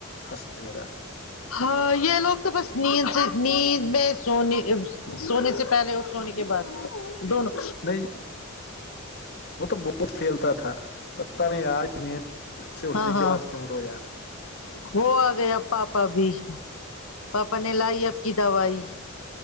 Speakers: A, on the left; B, on the left.
A: ہنسنے لگا
B: ہاں یہ لوگ تو بس نیند سے نیند میں سونی سونے سے پہلے اور سونے کے بعد دونوں
A: نہیں وہ تو بہت پھیلتا تھا پتا نہیں آج نیند سے اٹھنے
B: ہاں
A: کی
B: ہاں
A: بعد کیوں رویا
B: وہ آ گیا اب پاپا بھی پاپا نے لائی اب کی دوائی